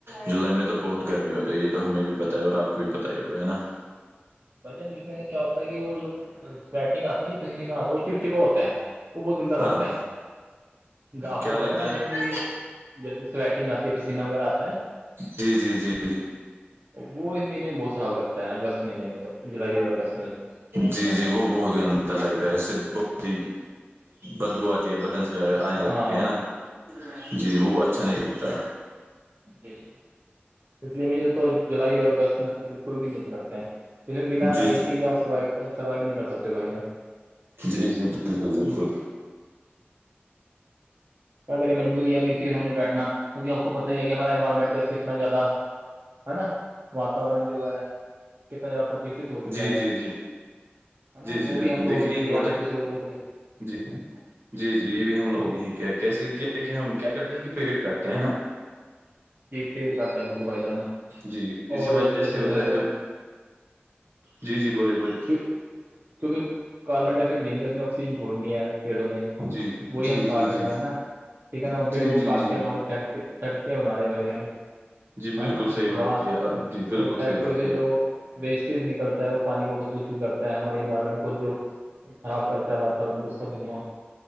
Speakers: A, on the right (about 75°); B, on the right (about 60°).
A: جولائی میں تو بہت گرمی ہوتی ہے یہ تو ہمیں بھی پتہ ہے اور آپ کو بھی پتہ ہی ہوگا ہے نا
B: بھائی چل اس میں کیا ہوتا ہے کہ وہ جو گ آ پ آتا ہے وہ چپ چپا ہوتا ہے وہ بہت گندہ
A: ہاں
B: لگتا ہے آپ
A: کیا
B: کو
A: لگتا
B: پتہ نا
A: ہے
B: بھائی ج جو یہ جیسے سویٹنگ آتی ہے پسینہ وغیرہ آتا ہے
A: جی جی جی جی
B: وہ اس مہینے میں بہت خراب کرتا ہے اگست مہینے میں تو جولائی اور اگست میں تو
A: جی جی وہ بہت گندا لگتا ہے اس سے بہت ہی بدبو آتی ہے آنے
B: ہاں
A: لگتے ہے نا جی وہ اچھا نہیں لگتا
B: جی اس لیے مجھے تو جولائی اور اگست میں بالکل بھی نہیں چلتے ہیں اس میں بنا
A: جی
B: ا
A: جی
B: سی کی آپ سروو سروائو نہیں کر سکتے ہو بھیا
A: جی جی بالکل بالکل
B: اگر یہ مجبوری ہے ا اسی کے سمجھ بیٹھنا توک آپ کو پت ہی ہے کہ ہمارا انوائرمنٹ کتنا زیادہ ہے نا واتورن جو ہے کتنا زدہ پردوشت ہو چکا
A: جی
B: ہے
A: جی جی
B: ہے
A: جی
B: نا
A: جی
B: وہ
A: بالکل
B: بھی ہم لوگوں
A: دیکھیے
B: نے کیا
A: ہوتا
B: ہم دوسرے لوگوں کو دیں
A: جی جی جی یہ بھی ہم لوگ نے ہی کیا کیسے کیا کہ ہم کیا کرتے ہیں کہ پیڑ کاٹتے ہیں نا
B: جی پیڑ کاٹتے ہیں بالک بھائی جان
A: جی
B: اور
A: اسی وجہ
B: جیسے
A: سے ہوتا
B: بھائی
A: ہے
B: جان
A: جب جی جی بولے بولے
B: کیونکہ کاربن ڈائ آکسائڈ لینی ہے اس نے آکسیجن چھوڑنی ہے پیڑوں نے
A: جی
B: وہی
A: جی
B: ہم کاٹ
A: جی
B: رہے
A: جی
B: ہیں نا ٹھیک ہے نا
A: جی
B: ہم پیڑوں کو
A: جی
B: کاٹ
A: جی
B: کے ہماں پہھیک پھی کے لارے بھائی جان
A: جی
B: ہ
A: بالکل
B: ن
A: صحیح بات
B: بس
A: کیا آپ جی بالکل
B: وہ فیکٹری
A: صحیح بات
B: سے
A: کیا
B: جو
A: آپ
B: ویسٹیج نکلتا ہے وہ پانی کودشت کرتا ہے ہمارے انوائرمنٹ کو جو خراب کرتا ہے واتور کو خ دھواں